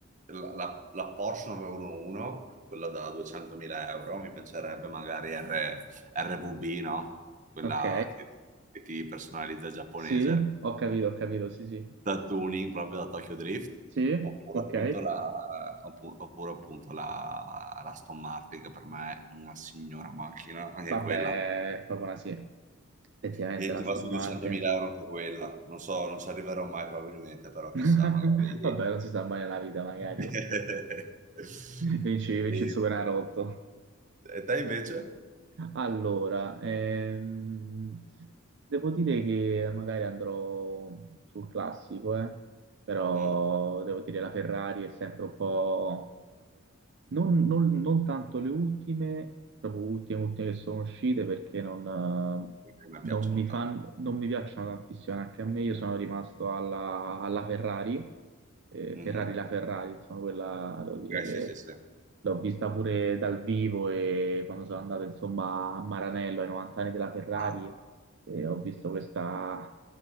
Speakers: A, on the right; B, on the right.
A: la, la, la Porsche 911, quella da 200.000 euro, mi piacerebbe magari R- RVB, no? Quella
B: Ok,
A: che, che ti personalizza giapponese,
B: sì, ho capito, ho capito, sì, sì.
A: da tuning proprio da Tokyo Drift,
B: Sì,
A: oppure
B: ok.
A: appunto la, oppu- oppure appunto la, la Aston Martin, che per me è una signora macchina, anche
B: Vabbè,
A: quella.
B: è proprio una sì. Effettivamente
A: E
B: la
A: ti
B: Aston
A: va su 200.000
B: Martin.
A: euro anche quella. Non so, non ci arriverò mai probabilmente, però chissà,
B: <laughs>
A: magari...
B: Vabbè, non si sa mai nella vita, magari.
A: <laughs>
B: <laughs> Vinci, vinci
A: E
B: il Superenalotto.
A: e te invece?
B: Allora, ehm, devo dire che magari andrò sul classico, eh, Però
A: Mh,
B: devo dire la Ferrari è sempre un po'... Non, non- non tanto le ultime, proprio ultime, ultime che sono uscite perché non, eh,
A: a me piacciono
B: non mi
A: tanto.
B: fanno, non mi piacciono tantissimo anche a me. Io sono rimasto alla, alla Ferrari, eh,
A: Mh-mh.
B: Ferrari la Ferrari, insomma, quella devo
A: Okay,
B: dire che
A: sì, sì, sì.
B: l'ho vista pure dal vivo e quando sono andato insomma a Maranello ai 90 anni della Ferrari
A: Ah,
B: eh, ho visto questa